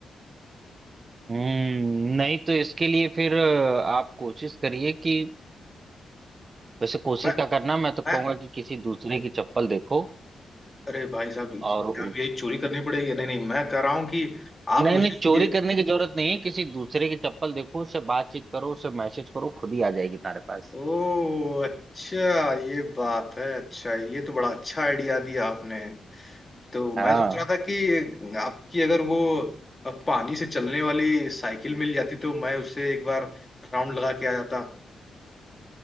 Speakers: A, on the right; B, on the left.
A: हम्म नहीं तो इसके लिए फिर अ, आप कोशिश करिए कि वैसे कोशिश
B: मैं
A: का करना मैं तो कहूंगा
B: मैं
A: कि किसी दूसरे की चप्पल देखो
B: अरे भाई साहब
A: और
B: क्या
A: उस
B: अब यही चोरी करनी पड़ेगी नहीं नहीं मैं कह रहा हूँ कि आप
A: नहीं
B: मुझे
A: नहीं चोरी
B: ये
A: करने की जरूरत नहीं है किसी दूसरे की चप्पल देखो उससे बातचीत करो उससे मैसेज करो खुद ही आ जाएगी तुम्हारे पास
B: ओ अच्छा ये बात है अच्छा ये तो बड़ा अच्छा आइडिया दिया आपने तो
A: हाँ
B: मैं सोच रहा था कि आपकी अगर वो पानी से चलने वाली साइकिल मिल जाती तो मैं उससे एक बार राउंड लगा के आ जाता